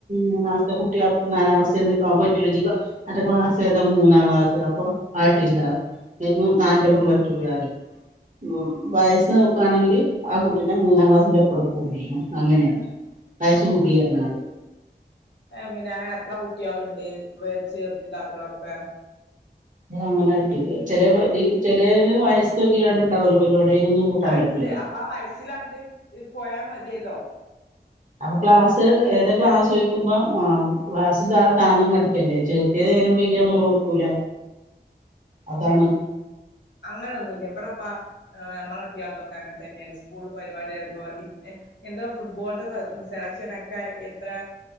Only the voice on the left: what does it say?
ഏ പിന്നെ എത്ര കുട്ടികളുണ്ട് ചേർത്തി ഇതാക്ക്ണൊക്കെ
ഉണ്ട്
അപ്പൊ ആ വയസ്സിലാണ്ട് പോയാ മതിയല്ലോ
അങ്ങനെയൊന്നുല്ല ഇവിടെ ഇപ്പോൾ നമ്മുടെ കുട്ടികൾതൊക്കെ അങ്ങനെ തന്നെയാണ് സ്ക്കൂളില് പരിപാടി പറയുമ്പോ എന്തോ ഫുട്ബോളിന്റെ സെലക്ഷൻ ഒക്കെ എത്ര്